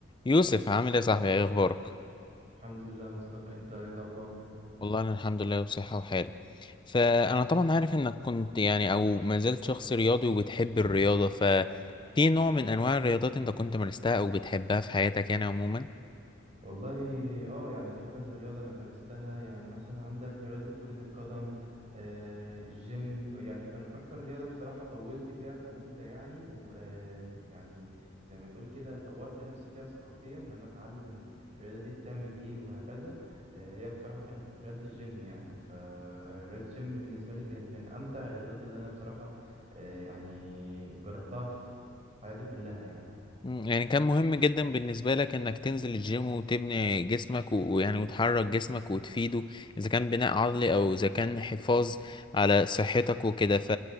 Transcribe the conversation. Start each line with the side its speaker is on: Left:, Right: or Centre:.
Left: يوسف عامل ايه يا صاحبي ايه اخبارك
Right: الحمد لله مصطفى انت ايه الاخبار
Left: والله انا الحمد لله بصحة وحال فانا طبعا عارف انك كنت يعني او ما زلت شخص رياضي وبتحب الرياضة ففي نوع من انواع الرياضات انت كنت مارستها او بتحبها في حياتك يعني عموما
Right: والله اه يعني في كذا رياضة انا مارستها يعني مثلا عندك رياضة كرة القدم آه الجيم يعني كان اكتر رياضة بصراحة طولت فيها كمدة يعني ويعني يعني زي ما تقول كده طورت نفسي فيها ثقافيا ان انا اتعلم الرياضة دي بتعمل ايه وهكذا آه هي بصراحة كانت رياضة الجيم يعني فرياضة الجيم بالنسبة لي كانت من امتع الرياضات اللي انا بصراحة آه يعني جربتها في حياتي كلها يعني
Left: مم، يعني كان مهم جدا بالنسبة لك انك تنزل الجيم وتبني جسمك و- ويعني وتحرك جسمك وتفيده اذا كان بناء عضلي او اذا كان حفاظ على صحتك وكده ف